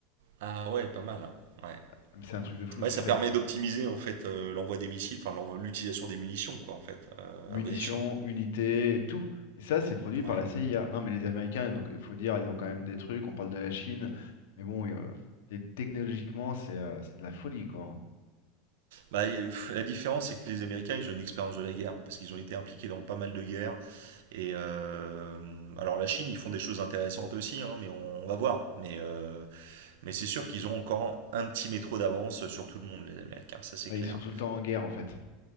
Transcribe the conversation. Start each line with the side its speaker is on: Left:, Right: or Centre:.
Right: Ah ouais, pas mal. hein. Ouais.
Left: Ah, Mais c'est un truc de fou,
Right: Ouais,
Left: c'est
Right: ça
Left: fait.
Right: permet d'optimiser en fait euh, l'envoi des missiles, enfin l'en- l'utilisation des munitions quoi en fait, euh,
Left: Munitions,
Right: à bon escient.
Left: unités, tout. Et ça, c'est produit par
Right: Ouais.
Left: la CIA. Non, mais les Américains, ils ont- il faut dire, ils ont quand même des trucs, on parle de la Chine, mais bon, euh, et technologiquement, c'est euh, c'est de la folie, quoi. hein.
Right: Bah, euh, la différence, c'est que les Américains, ils ont une expérience de la guerre, parce qu'ils ont été impliqués dans pas mal de guerres. Et euh, alors la Chine, ils font des choses intéressantes aussi, hein, mais on, on va voir. Mais, euh, mais c'est sûr qu'ils ont encore un petit métro d'avance sur tout le monde, les Américains, ça c'est
Left: Bah,
Right: clair.
Left: ils sont tout le temps en guerre, en fait.